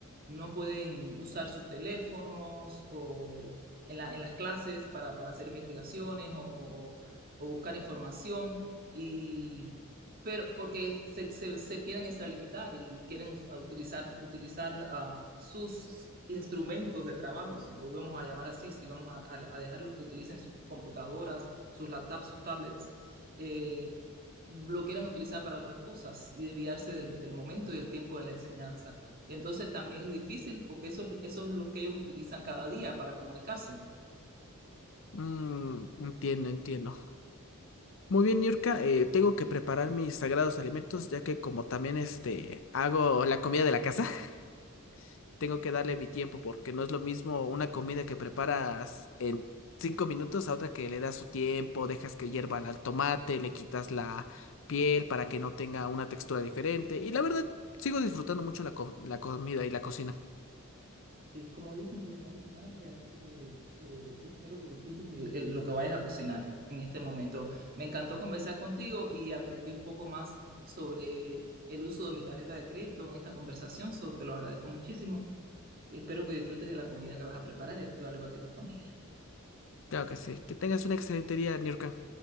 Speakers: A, on the right (about 45°); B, on the left (about 60°).
A: no pueden usar sus teléfonos o en la- en las clases para, para hacer investigaciones o, o buscar información. Y pero porque se, se, se quieren extralimitar y quieren us- a utilizar, utilizar am, sus instrumentos de trabajo, si los vamos a llamar así, si vamos a, a- a dejarlos que utilicen sus computadoras, sus laptops, sus tablets, eh, lo quieren utilizar para otras cosas y desviarse del, del momento y del tiempo de la enseñanza. Y entonces también es difícil porque eso, es- eso es lo que ellos utilizan cada día para comunicarse.
B: Mm, entiendo, entiendo. Muy bien, Niurka, eh, tengo que preparar mis sagrados alimentos, ya que como también este hago la comida de la casa, <laughs> tengo que darle mi tiempo, porque no es lo mismo una comida que preparas en cinco minutos a otra que le das su tiempo, dejas que hierva el tomate, le quitas la piel para que no tenga una textura diferente. Y la verdad, sigo disfrutando mucho la co- la comida y la cocina.
A: Sí, como dicen, cocinar es un arte, así que eh, espero que disfrutes el- el- lo que vayas a cocinar en este momento. Me encantó conversar contigo y aprendí un poco más sobre el uso de mi tarjeta de crédito en esta conversación, so, te lo agradezco muchísimo. Espero que disfrutes de la comida que vas a preparar y, al igual que tu familia.
B: Claro que sí. Que tengas un excelente día, Niurka.